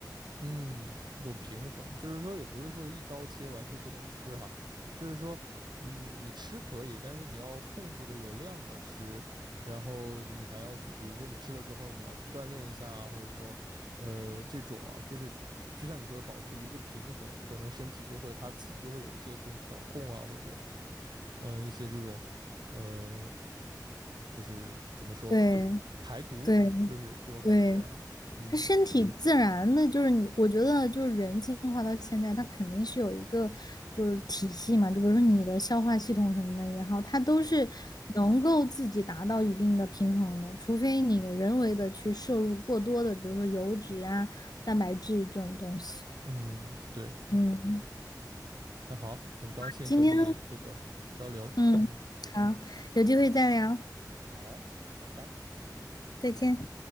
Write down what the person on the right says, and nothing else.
嗯，一种平衡，就是说也不是说是一刀切，完全不能吃哈，就是说，嗯，你吃可以，但是你要控制的有量的吃，然后你还要去，比如说你吃了之后，你要去锻炼一下啊，或者说，呃，这种啊，就是就像你说的，保持一个平衡，可能身体就会它自己就会有一些这种调控啊，或者，嗯、一些这种，呃，就是怎么说，
排毒，
就是这种感觉啊，
嗯
嗯，对。
那好，很高兴和你这个交流，
嗯，
好，拜拜。